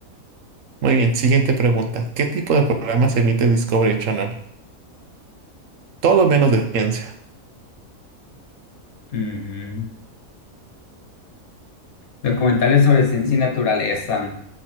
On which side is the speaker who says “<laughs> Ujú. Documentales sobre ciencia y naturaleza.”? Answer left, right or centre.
Left